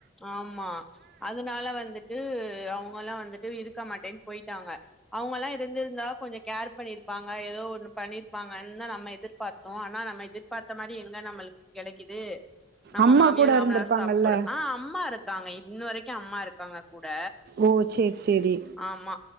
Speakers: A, in the centre; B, on the right.
A: ஆமா அதுனால வந்துட்டு ந்து அவங்கல்லா வந்துட்டு இருக்க மாட்டேன்னு போயிட்டாங்க அவங்கல்லா இருந்திருந்தா கொஞ்சோ கேர் பண்ணிருப்பாங்க ஏதோ ஒன்னு பண்ணிருப்பாங்கன்னு தா நம்ம எதிர்பாத்தோ ஆனா நம்ம எதிர்பாத்த மாரி எங்க நம்மளுக்கு கெடைக்குது நம்ம
B: அம்மா
A: மாமியார்
B: கூட
A: மாமனார்
B: இருந்திருப்பாங்கல்ல
A: சாப்படு ஆ அம்மா இருக்காங்க இன்னுவரைக்கோ அம்மா இருக்காங்க கூட
B: ஓ சேரி சேரி
A: ஆமா